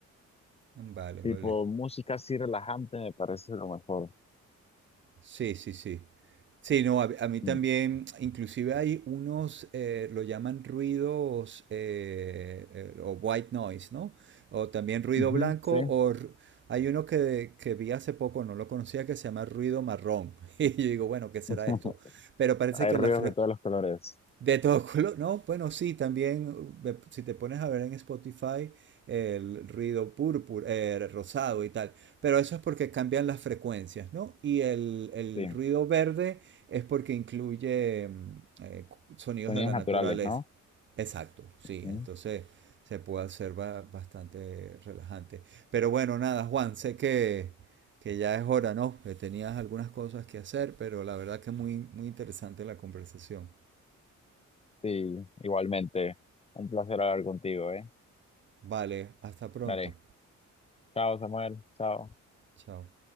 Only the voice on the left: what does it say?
Tipo, música así relajante me parece lo mejor.
Mm.
Ujú,
sí.
<laughs>
Hay
ruidos
de todos los colores.
Sí.
Sonidos
naturales,
¿no?
Ujú.
Sí, igualmente. Un placer hablar contigo, ¿eh?
Dale. Chao, Samuel. Chao.